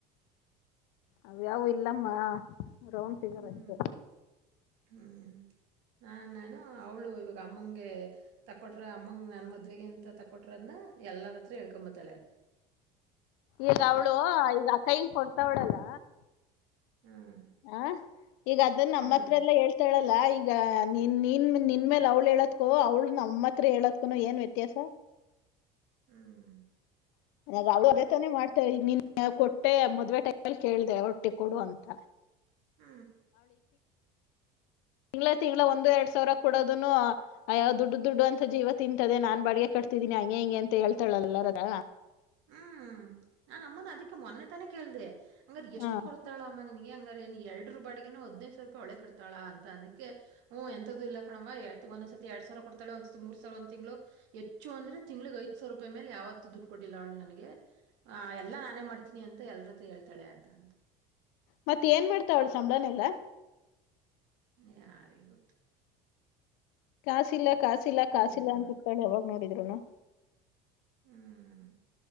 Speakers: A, on the left; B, on the right.
A: ಅವ್ ಯಾವು ಇಲ್ಲಮ್ಮಾ. ರೌಂಡ್ ಫಿಗರ್
B: ಹ್ಮ್
A: ಅಷ್ಟೆ.
B: ಹ್ಮ್ ನಾನ್ ಏನೋ ಅವಳು ಇವಾಗ ಅಮ್ಮಂಗೆ ತಕೊಟ್ರ ಅಮ್ಮಂಗ ನನ್ ಮದ್ವೆಗೆ ಅಂತ ತಕೊಟ್ರದ್ನ ಎಲ್ಲರತ್ರ ಹೇಳ್ಕೊಂಬತಾಳೆ.
A: ಈಗ ಅವಳು ಈಗ ಆ ಕೈಗ್ ಕೊಡ್ತವಳಲ್ಲ
B: ಹ್ಮ್
A: ಹ ಈಗ ಅದನ್ನ ನಮ್ಮತ್ರೆಲ್ಲ
B: ಹ್ಮ್
A: ಹೇಳ್ ತಳಲ್ಲ ಈಗ ನಿನ್ ನಿನ್ ನಿನ್ ಮೇಲೆ ಅವ್ಳ ಹೇಳತ್ಕೋ ಅವ್ಳ ನಮ್ಮ ಹತ್ರ ಹೇಳತ್ಕನು ಏನ್ ವ್ಯತ್ಯಾಸ.
B: ಹ್ಮ್
A: <unintelligible> ಅವಳು ಅದೇ ತಾನೇ ಮಾಡ್ತ ಈಗ ನಿನ್ನ. <unintelligible> ಕೊಟ್ಟೆ ಮದ್ವೆ ಟೈಮಲ್ಲಿ ಕೇಳಿದೆ ಹೊಟ್ಟಿ ಕೊಡು ಅಂತ.
B: ಹ್ಮ್
A: ತಿಂಗಳ ತಿಂಗಳ ಒಂದು ಎರಡ್ ಸಾವಿರ ಕೊಡೋದನು ಅಯಾವ ದುಡ್ಡು ದುಡ್ಡು ಅಂತ ಜೀವ ತಿಂತದೆ ನಾನ್ ಬಾಡಿಗೆ ಕಟ್ತಿದೀನಿ ಹಂಗೆ ಹಿಂಗೆ ಅಂತ ಹೇಳ್ತಾಳಲ್ಲಾರದ.
B: ಹ್ಮ್ ನಾನ್ ಅಮ್ಮನ ಅದಿಕ್ಕೆ ಮೊನ್ನೆ ತಾನೇ ಕೇಳ್ದೆ. ಹಂಗಾರ ಎಷ್ಟ್
A: ಹ್ಮ್
B: ಕೊಡ್ತಾಳಮ್ಮ ನಿನ್ಗೆ. ಹಂಗರೆ ನೀ ಎರಡರ ಬಾಡಿಗೆನು ಹದಿನೈದ ಸಾವಿರ ರೂಪಿ ಅವ್ಳೆ ಕಡ್ತಾಳ ಅಂತ ಅಂದಕ್ಕೆ ಹ್ಮ ಎಂತದು ಇಲ್ಲ ಕಣಮ್ಮ ಎತ್ತಿ ಒಂದೊನ್ದ್ ಸತಿ ಎರಡ್ ಸಾವಿರ ಕೊಡತಾಳ ಒಂದ್ಸ ಮೂರ್ ಸಾವಿರ ಒಂದ್ ತಿಂಗ್ಳು ಹೆಚ್ಚು ಅಂದ್ರೆ ತಿಂಗಳಿಗ್ ಐದ್ ಸಾವಿರ ರೂಪಾಯ್ ಮೇಲೆ ಯಾವತ್ತು ದುಡ್ಡು ಕೊಟ್ಟ ಇಲ್ಲ ಅವ್ಳ ನನಗೆ ಆ ಎಲ್ಲಾ ನಾನೇ ಮಾಡ್ತೀನಿ ಅಂತ ಎಲ್ರ್ ಹತ್ರ ಹೇಳ್ತಾಳೆ ಅಂತ ಅಂತ.
A: ಮತ್ ಏನ್ ಮಾಡ್ತವ್ಲ್ ಸಂಬ್ಳಾನೆಲ್ಲಾ.
B: ಯಾರಿಗೊತ್ತು.
A: ಕಾಸಿಲ್ಲ ಕಾಸಿಲ್ಲ ಕಾಸಿಲ್ಲ
B: ಏನ್
A: ಅಂತಿರ್ತ್ತಾಳೆ
B: ಮಾಡ್ಕತ್
A: ಯಾವಾಗ ನೋಡಿದ್ರುನು.
B: ಹ್ಮ್